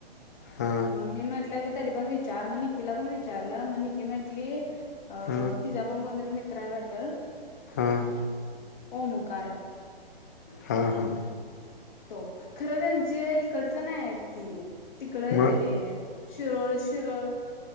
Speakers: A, on the left (about 20°); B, on the left (about 50°).
A: हा
B: मम्मी म्हटलं तरी पणं विचांर म निककीला पणं विचारलं मं निकी म्हंटली अं
A: हा
B: तिचां पणं कोणंतरी मित्रं आहे वाटतं
A: हम्मं
B: होओ मुं कारणं
A: हां हां
B: तो खरं त्यांचे इकडचं नाहीं ती तिकडं येतं
A: मग
B: ते शिरोळ शिरोळ